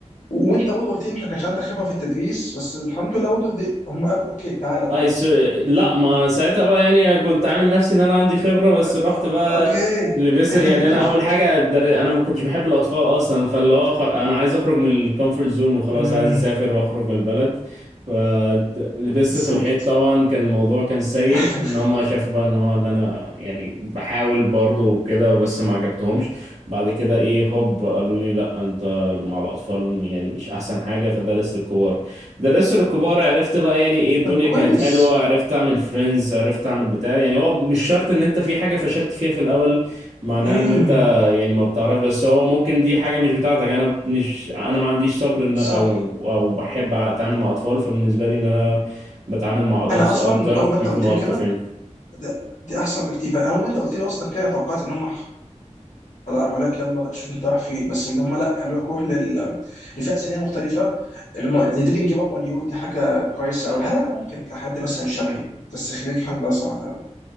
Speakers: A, on the left; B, on the right.
A: وانت برضه قلت لي انت كانش عندك خبره في التدريس بس الحمد لله برضه ذي- هم قالوا اوكي تعالى برضه
B: اي س... لا ما انا ساعتها بقى يعني كنت عامل نفسي ان انا عندي خبره بس
A: اه
B: رحت بقى
A: اوكي
B: لبس
A: <laughs>
B: يعني انا اول حاجه در... انا ما كنتش بحب الاطفال اصلا فاللي هو خر... انا عايز اخرج من الكومفورت زون وخلاص
A: امم
B: عايز اسافر واخرج من البلد فلبست
A: بالظبط
B: في الحيط طبعا كان الموضوع كان سيء
A: <laughs>
B: ان هم شافوا بقى ان هو ان انا يعني بحاول برضه وكده بس ما عجبتهمش بعد كده ايه هوب قالوا لي لا انت مع الاطفال يعني مش احسن حاجه فدرس للكبار درست الكبار عرفت بقى يعني ايه الدنيا
A: طب كويس
B: كانت حلوة عرفت اعمل فريندز عرفت اعمل بتاع يعني هو مش شرط ان انت في حاجة فشلت فيها في الاول معناها
A: امم
B: ان انت يعني ما بتعرفش بس هو ممكن دي حاجة مش بتاعتك انا مش انا ما عنديش صبر ان
A: صح
B: او او بحب اتعامل مع اطفال فبالنسبة لي ان انا بتعامل مع ادلتس
A: انا اصلا
B: اكتر
A: اول ما انت
B: بيكونوا
A: قلت لي
B: الطف
A: كده
B: يعني
A: ده- دي احسن بكتير فاول ما انت قلت لي اصلا كده توقعت ان هم هلاك يلا شوف انت رايح فين بس اللي هم لا قالوا لك روح لل... لفئه سنيه مختلفه اللي هم they didn't give up on you دي حاجه كويسه قوي هل انا ممكن كحد مثلا شبهي بس خريج هندسه مثلا